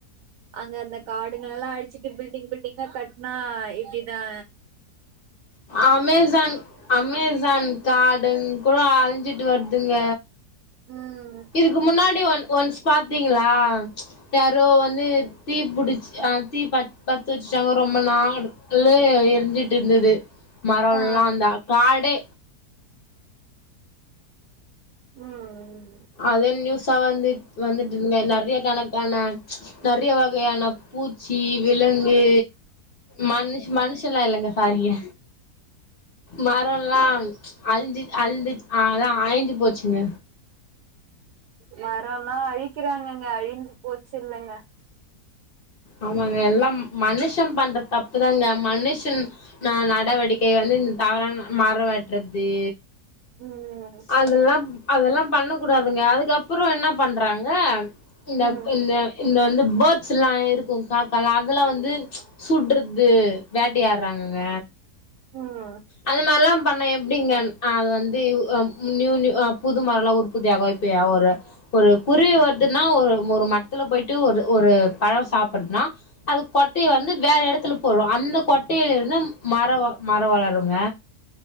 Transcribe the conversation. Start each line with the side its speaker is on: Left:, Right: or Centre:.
Right: அங்க அந்த காடுங்களெல்லா அழுச்சுட் டு பில்டிங் பில்டிங்கா கட்னா இப்டிதா
Left: அமேசான் அமேசான் காடுங்கூட அழிஞ்சிட்டு வர்துங்க
Right: ம்
Left: இதுக்கு முன்னாடி ஒன் ஓன்ஸ் பாத்தீங்களா யாரோ வந்து தீ புடிச் ஆ தீ பத் பத்த வெச்சுட்டாங்க ரொம்ப நா <unintelligible> எரிஞ்சிட்டு இருந்தது மரொல்லா
Right: ஆ
Left: அந்தா காடே
Right: ம் ம்
Left: அதே நியூஸா வந்துட் வந்துட்ருந்தே நறைய கணக்கான நறிய வகையான பூச்சி விலங்கு மனுஷ் மனுஷெல்லா இல்லங்க சாரிங்க மரோல்லாம் அழிஞ்சு அழிஞ்சுச் அ அதா அழிஞ்சு போச்சுங்க
Right: மரோ எல்லா அழிக்கிறாங்கங்க அழிஞ்சுப் போச்சு இல்லங்க
Left: ஆமாங்க எல்லாம் மனுஷ பண்ற தப்புதாங்க மனுஷன் ந நடவடிக்கை வந்து இந் தவறான மர வெட்றது
Right: ம்
Left: அதெல்லாம் அதெல்லாம் பண்ண கூடாதுங்க அதுக்கப்புற என்ன பண்றாங்க இந்த
Right: ம்
Left: இந்த இந்த வந்து பேட்ஸில்லா இருக்கும் காக்காலா அதெல்லா வந்து சுடுறது வேட்டையாடுறாங்கங்க
Right: ம்
Left: அந்த மார்லா பண்ணா எப்டிங்க அந் அது வந்து ஒ ம் ந்யூ ந்யூ அ புது மரல்லா உற்பத்தியாகு இ ப்பியா ஒரு ஒரு குருவி வர்துன்னா ஒரு ஒரு மரத்துல போய்ட்டு ஒரு ஒரு பழோ சாப்பட்துனா அது கொட்டைய வந்து வேற எடத்துல போடோ அந்த கொட்டையில இருந்து மர வ மர வளருங்க